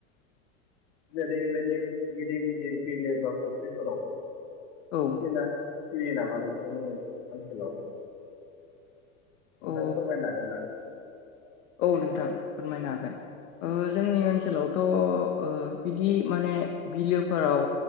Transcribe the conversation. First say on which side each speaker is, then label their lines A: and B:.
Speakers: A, on the left (about 55°); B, on the left (about 70°).
A: जेरैबायदि गिदिर गिदिर बिलो बा फुख्रिफोराव
B: औ
A: बे ना फैयो नामा नोंथांमोनै ओनसोलाव? नोंथाङा
B: औ ओ
A: फोरमायनो हागोन ना?
B: औ नोंथां फोरमायनो हागोन ओ जोंनि ओनसोलावथ' ओ बिदि माने बिलोफोराव